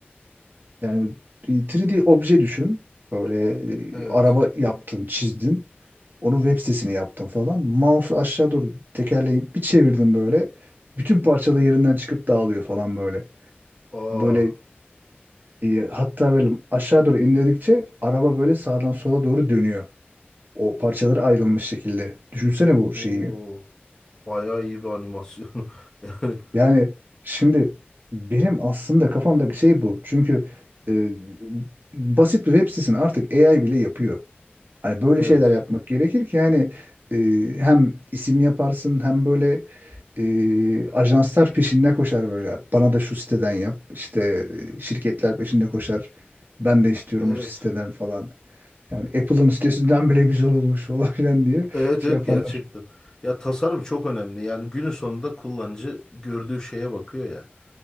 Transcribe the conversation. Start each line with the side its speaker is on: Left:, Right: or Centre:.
Right: Yani 3D obje düşün. Böyle e,
Left: Evet.
Right: araba yaptın, çizdin. Onun web sitesini yaptım falan. Mouse'u aşağı doğru tekerleyip bir çevirdim böyle. Bütün parçalı yerinden çıkıp dağılıyor falan böyle.
Left: Aa,
Right: Böyle e, hatta böyle aşağı doğru indirdikçe araba böyle sağdan sola doğru dönüyor. O parçaları ayrılmış şekilde. Düşünsene bu
Left: o
Right: şeyi.
Left: bayağı iyi bir animasyon. <laughs> Yani
Right: Yani şimdi benim aslında kafamdaki şey bu. Çünkü e, basit bir web sitesini artık AI bile yapıyor. Hani böyle
Left: evet.
Right: şeyler yapmak gerekir ki yani e, hem isim yaparsın hem böyle e, ajanslar peşinde koşar böyle. Bana da şu siteden yap. İşte e, şirketler peşinde koşar. Ben de istiyorum
Left: Evet.
Right: o siteden falan. Yani Apple'ın sitesinden bile güzel olmuş falan <laughs> filan diye
Left: Evet
Right: şey
Left: evet
Right: yaparlar.
Left: gerçekten. Ya tasarım çok önemli. Yani günün sonunda kullanıcı gördüğü şeye bakıyor ya.